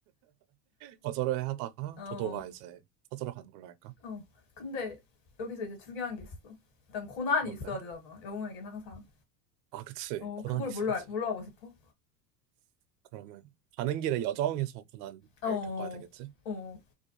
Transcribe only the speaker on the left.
음. 어,
어. 근데 여기서 이제 중요한 게 있어. 일단 고난이
있어야 되잖아. 영웅에겐 항상.
어,
그걸
뭘로, 알- 뭘로 하고 싶어?
어, 어,
어,